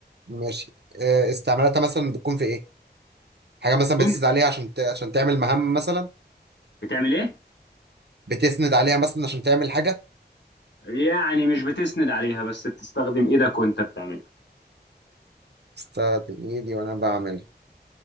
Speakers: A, on the right; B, on the left.
A: ماشي آه، استعمالاتها مثلا بتكون في إيه؟ حاجة مثلا
B: طول
A: بتسند عليها عشان ت... عشان تعمل مهام مثلا
B: بتعمل إيه؟
A: بتسند عليها مثلا عشان تعمل حاجة
B: يعني مش بتسند عليها بس بتستخدم إيدك وأنت بتعملها
A: استخدم إيدي وأنا بعمل